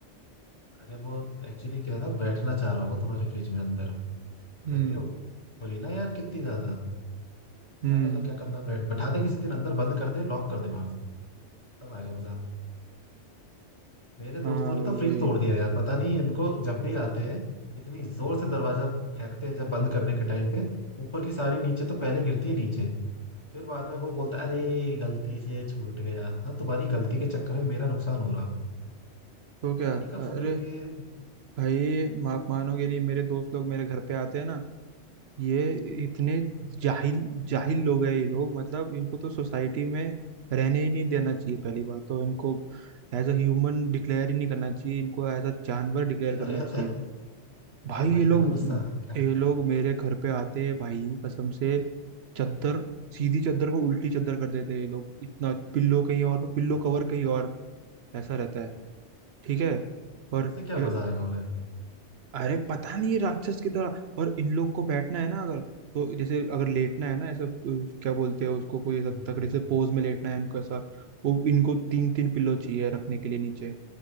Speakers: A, on the left (about 25°); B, on the right (about 65°).
A: अरे वो एक्चुअली क्या है ना बैठना चाह रहा होगा तुम्हारे फ्रिज में अंदर
B: हम्म
A: गर्मी हो हो रही है ना यार कितनी ज्यादा
B: हम्म
A: क्या पता क्या करना बैठ बैठा दे किसी दिन अंदर बंद कर दे लॉक कर दे बाहर से तब आएगा मजा मेरे दोस्तों
B: हाँ
A: ने
B: वही
A: तो फ्रिज तोड़ दिया यार पता नहीं इनको जब भी आते हैं इतनी जोर से दरवाजा फेंकते हैं जब बंद करने के टाइम पे ऊपर की सारी नीचे तो पहले गिरती है नीचे फिर बाद में वो बोलता है अरे गलती से छूट गया हाँ तुम्हारी गलती के चक्कर में मेरा नुकसान हो रहा
B: तो क्या
A: पता नहीं कब सुधरेंगे
B: अरे
A: <laughs>
B: भाई आप मानोगे नहीं मेरे दोस्त लोग मेरे घर पे आते हैं ना ये इतने जाहिल जाहिल लोग हैं ये लोग मतलब इनको तो सोसाइटी में रहने ही नहीं देना चाहिए पहली बात तो इनको एज अ ह्यूमन डिक्लेयर ही नहीं करना चाहिए इनको एज अ जानवर डिक्लेयर
A: अरे
B: करना
A: अरे
B: चाहिए
A: अरे,
B: भाई
A: अरे
B: ये
A: भाई
B: लोग
A: इतना गुस्सा क्या
B: ये लोग मेरे घर पे आते हैं भाई कसम से चद्दर सीधी चद्दर को उल्टी चद्दर कर देते हैं ये लोग इतना पिल्लो कहीं और पे पिल्लो कवर कहीं और ऐसा रहता है ठीक है और
A: इससे क्या
B: अ,
A: मजा आएगा उन्हें
B: अरे पता नहीं ये राक्षस की तरह और इन लोग को बैठना है ना अगर तो जैसे अगर लेटना है ना ऐसा अ, क्या बोलते हैं उसको कोई ऐसा
A: हम्म,
B: तकड़े से पोज में लेटना है इनको ऐसा वो इनको तीन तीन पिल्लो चाहिए रखने के लिए नीचे